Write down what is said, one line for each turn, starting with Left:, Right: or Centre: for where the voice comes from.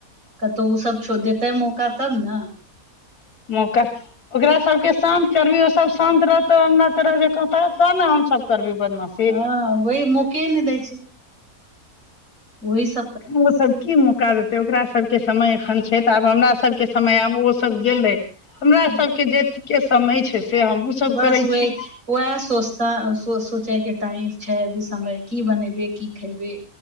Right: कतो ओ सब छो देतै मौका तब न
Left: मौका ओकरा सबके शान्त करबही ओ सभ शान्त रहतौ हमरा तोरा जेकां तब तऽ ने हम सब करबै बदमाश
Right: <unintelligible> हँ वही मौके नै दैय छैय ओहि स
Left: ओ सब की मौका देते तऽ ओकरा सबके समय एखन छैय तऽ आब हमरा सबके समय आब ओ सब गेलै हमरा
Right: छै
Left: सब के जे ठीके समय छैय से हमहूँ सब
Right: बस
Left: करय
Right: वह
Left: छी
Right: वएह सोचता सो सोचे के टाइम छै अभी समय की बनेबे की खेबे